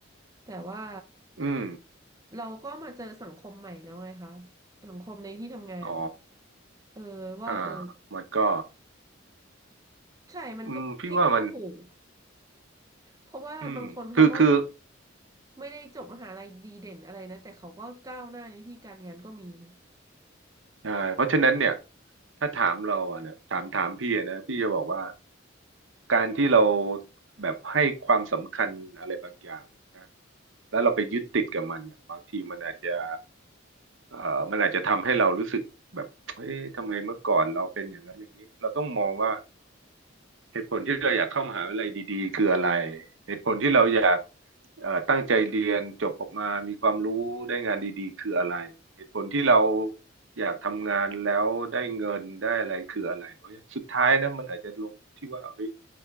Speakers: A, on the right; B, on the right.
A: แต่ว่า
B: อืม
A: เราก็มาเจอสังคมใหม่แล้วไงคะสังคมในที่ทำงานน่ะ
B: อ๋อ
A: เออว่าเออ
B: อ่ามันก็
A: ใช่มันก็พี่ก็พูดถูก
B: อืมพี่ว่ามัน
A: เพราะว่าบางคนเขาก็
B: อืมคือคือ
A: ไม่ได้จบมหาลัยดีเด่นอะไรนะแต่เขาก็ก้าวหน้าในที่การงานก็มีนะ
B: ใช่เพราะฉะนั้นเนี่ย ถ้าถามเราอะนะถามถามพี่อะนะ พี่จะบอกว่า การที่เราแบบให้ความสำคัญอะไรบางอย่างนะ แล้วเราไปยึดติดกับมันน่ะบางทีมันอาจจะเอ่อมันอาจจะทำให้เรารู้สึกแบบเอ๊ะทำไมเมื่อก่อนเราเป็นอย่างนั้นอย่างนี้เราต้องมองว่าเหตุผลที่เราอยากเข้ามหาวิทยาลัยดีๆคืออะไรเหตุผลที่เราอยากเอ่อตั้งใจเรียนจบออกมา มีความรู้ได้งานดีๆคืออะไรเหตุผลที่เราอยากทำงานแล้วได้เงินได้อะไรคืออะไรเพราะสุดท้ายนะมันอาจจะลงที่ว่าเฮ้ย